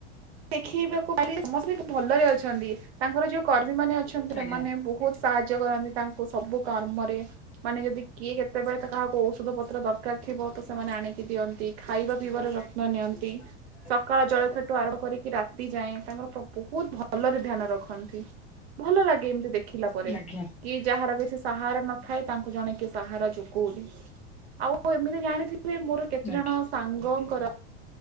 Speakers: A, on the right; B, on the left.
A: ଶିଖେଇବାକୁ ସମସ୍ତେେ ଭଲରେ ଅଛନ୍ତି ତାଙ୍କର ଯୋଉ କର୍ମୀ ମାନେ ଅଛନ୍ତି ସେମାନେ
B: ଆଜ୍ଞା
A: ବୋହୁତ ସାହାଯ୍ୟ କରନ୍ତି ତାଙ୍କୁ ସବୁ କର୍ମରେ ମାନେ ଯଦି କିଏ କେତେବେଳେ ତା କାହାକୁ ଔଷଧ ପତ୍ର ଦରକାର ଥିବ ତ ସେମାନେ ଆଣିକି ଦିଅନ୍ତି। ଖାଇବା ପିଇବାର
B: ହରେ
A: ଯତ୍ନ
B: କୃଷ୍ଣ
A: ନିଅନ୍ତି
B: ହରେ
A: ସକାଳ
B: କୃଷ୍ଣ।
A: ଜଳଖେଟୁ ଆରମ୍ଭ କର ରାତି ଯାଏଁ ତାଙ୍କର ବହୁତ ଭଲରେ ଧ୍ୟାନ ରଖନ୍ତି। ଭଲ ଲାଗେ ଏମିତି ଦେଖିଲା ପରେ।
B: ଆଜ୍ଞା
A: କି ଯାହାର କିଛି ସାହାରା ନଥାଏ ତାଙ୍କୁ ଜଣେ କିଏ ସାହାରା ଯୋଗଉଛି। ଆଉ <unintelligible> ଏମିତି ଜାଣିଥିବେ ମୋର କେତେ
B: ଆଜ୍ଞା
A: ଜଣ ସାଙ୍ଗଙ୍କର